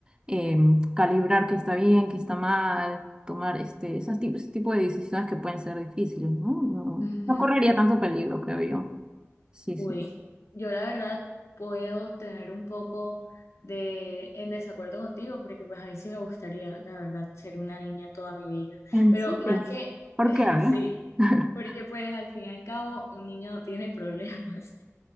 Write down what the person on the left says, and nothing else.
ujú.
Uy,
yo la verdad puedo tener un poco de en desacuerdo contigo porque pues a mí sí me gustaría, la verdad, ser una niña toda mi vida.
Pero
más que,
<laughs>
sí,
Porque pues al fin y al cabo un niño no tiene <laughs> problemas.